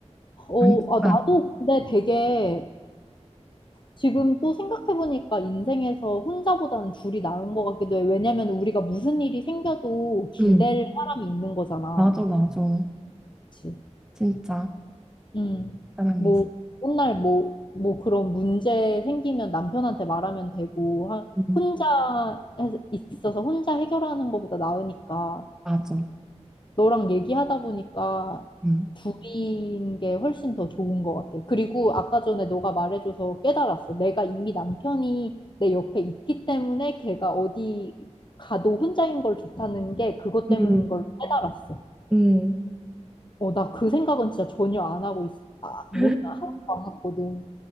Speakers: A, on the left; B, in the centre.
A: 어,
B: 안정감.
A: 아, 나도 근데 되게 지금 또 생각해보니까 인생에서 혼자보다는 둘이 나은 것 같기도 해. 왜냐면 우리가 무슨 일이 생겨도 기댈
B: 응,
A: 사람이 있는 거잖아.
B: 맞아, 맞아.
A: 그치?
B: 진짜
A: 음.
B: 그 사람이
A: 뭐,
B: 있어.
A: 맨날 뭐, 뭐 그런 문제 생기면 남편한테 말하면 되고, 하-
B: 응,
A: 혼자 해- 있어서 혼자 해결하는 것보다 나으니까.
B: 맞아.
A: 너랑 얘기하다 보니까
B: 응,
A: 둘인 게 훨씬 더 좋은 것 같아. 그리고 아까 전에 너가 말해줘서 깨달았어. 내가 이미 남편이 내 옆에 있기 때문에 걔가 어디 가도 혼자인 걸 좋다는 게 그것 때문인
B: 응
A: 걸 깨달았어.
B: 응,
A: 어, 나 그 생각은 진짜 전혀 안 하고 있어. 아, 못,
B: 응
A: 하나도 안 했거든.